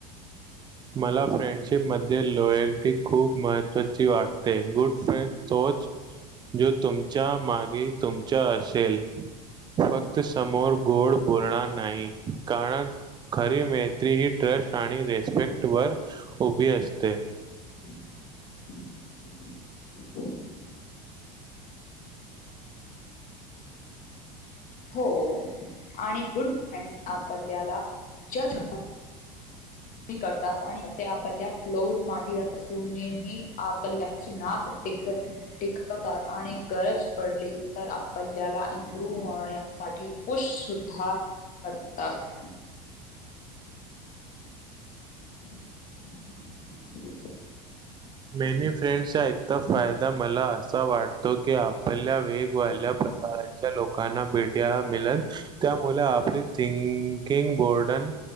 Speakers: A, on the right; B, on the left.
A: मला फ्रेंडशिपमध्ये, लॉयल्टी खूप महत्त्वाची वाटते. गुड फ्रेंड तोच जो तुमच्या मागे, तुमच्या असेल. फक्त समोर गोड बोलणार नाही. कारण, खरी मैत्री ही ट्रस्ट आणि रेस्पेक्ट वर उभी असते.
B: <inaudible> हो. आणि गुड फ्रेंड्स आपल्याला <unintelligible> करतात आणि ते आपल्या, फ्लोज मांडी असूनही, आपल्याची नाद <unintelligible> टिकवतात. आणि गरज पडली तर, आपल्ल्याला इम्प्रुव्ह होन्या साठी पुष शुद्धा करतात. <inaudible>
A: मेनी फ्रेंडसचा, एक त फायदा मला असा वाटतो की, आपल्या वेगवाल्या काळच्या लोकांना, भेट्या मिलन. त्यामुल, आपली थिंकिंग, बोर्डन